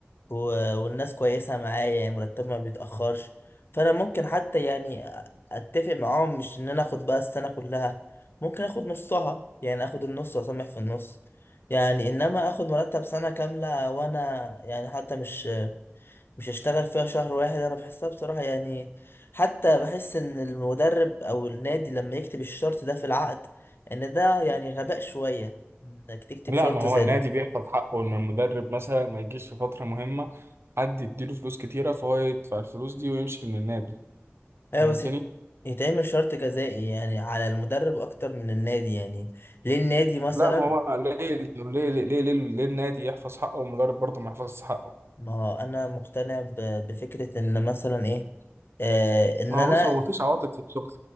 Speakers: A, on the left; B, on the right.
A: و... والناس كويسة معايا يعني مرتب ما بيتأخرش فأنا ممكن حتى يعني أتفق معاهم مش إن أنا آخد بقى السنة كلها ممكن آخد نصها يعني آخد النص وأسامح في النص يعني إنما آخد مرتب سنة كاملة وأنا يعني حتى مش مش هشتغل فيها شهر واحد أنا بحسها بصراحة يعني حتى بحس إن المدرب أو النادي لما يكتب الشرط ده في العقد إن ده يعني غباء شوية إنك تكتب
B: لا
A: شرط
B: ما هو
A: زي
B: النادي
A: ده
B: بيحفظ حقه ان المدرب مثلا ما يجيش في فترة مهمة حد يديله فلوس كتيرة فهو يدفع الفلوس دي ويمشي من النادي
A: ايوه
B: فهمتني؟
A: بس يت- يتعمل شرط جزائي يعني على المدرب اكتر من النادي يعني ليه النادي مثلا
B: لا ما هو ليه طب ليه ليه ليه, ليه, ليه النادي يحفظ حقه والمدرب برضه ما يحفظش حقه
A: ما هو انا مقتنع ب- بفكرة ان مثلا ايه آه ان
B: ما هو
A: انا
B: بص هو مفيش عواطف في الشغل